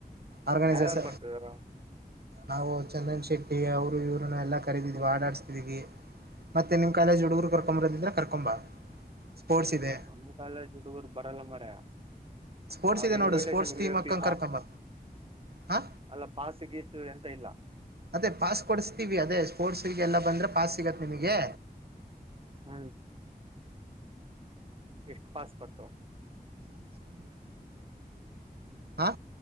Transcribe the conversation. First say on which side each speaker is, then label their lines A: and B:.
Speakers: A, on the right; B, on the right.
A: ಆರ್ಗನೈಸರ್ಸ್
B: ಯಾರ್ಯಾರು ಬರ್ತಿದಾರ.
A: ನಾವು ಚಂದನ್ ಶೆಟ್ಟಿ ಅವರು ಇವ್ರನ್ನ ಎಲ್ಲಾ ಕರೀದಿದ್ವಿ ಆಡಾಡ್ಸ್ತಿವವಿ. ಮತ್ತೆ ನಿಮ್ಮ ಕಾಲೇಜ ಹುಡುರು ಕರ್ಕೊಂಬರದಿದ್ರ ಕರ್ಕೊಂಡ್ ಬಾ. ಸ್ಪೋರ್ಟ್ಸ್ ಇದೆ.
B: ನಮ್ ಕಾಲೇಜ್ ಹುಡುಗರು ಬರಲ್ಲ ಮಾರಾಯ.
A: ಸ್ಪೋರ್ಟ್ಸ್
B: ಅವ
A: ಇದೆ
B: invitation
A: ನೋಡು sports
B: V
A: team
B: I
A: ಅಕ್ಕಂಗ
B: P ಪಾಸ್.
A: ಕರ್ಕೊಂಬ ಹಾ
B: ಅಲ್ಲ ಪಾಸು ಗೀತು ಎಂತ ಇಲ್ಲ.
A: ಅದೇ ಪಾಸ್ ಕೊಡ್ಸ್ತೀವಿ ಅದೇ ಸ್ಪೋರ್ಟ್ಸಿಗೆ ಎಲ್ಲ ಬಂದ್ರೆ ಪಾಸ್ ಸಿಗತ್ ನಿಮಗೆ.
B: ಹ ಎಸ್ಟ್ ಪಾಸ್ ಬರ್ತಾವ.
A: <inaudible> ಹ